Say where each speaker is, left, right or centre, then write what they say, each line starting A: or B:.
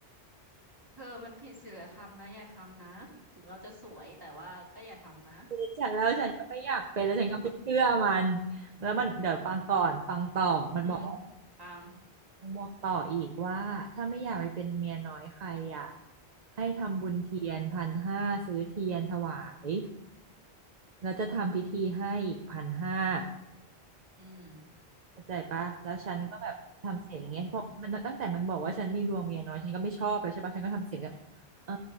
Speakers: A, on the right; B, on the right.
A: เธอมันผิดศีลธรรมนะอย่าทำนะถึงเราจะสวยแต่ว่าก็อย่าทำนะ
B: เป็นฉันแล้วฉันก็ไม่อยากเป็นแล้วฉันก็ไม่เชื่อมันแล้วมันเดี๋ยวฟังก่อนฟังต่อมันบอกว่า
A: อืมปัง
B: มันบอกต่ออีกว่าถ้าไม่อยากไปเป็นเมียน้อยใครอะให้ทำบุญเทียนพันห้าซื้อเทียนถวายแล้วจะทำพิธีให้อีกพันห้า
A: อืม
B: เข้าใจปะแล้วฉันก็แบบทำเสียงอย่างเงี้ยเพราะมันตั้งแต่มันบอกว่าฉันมีดวงเมียน้อยฉันก็ไม่ชอบเลยใช่ปะฉันก็ทำเสียงแบบเออ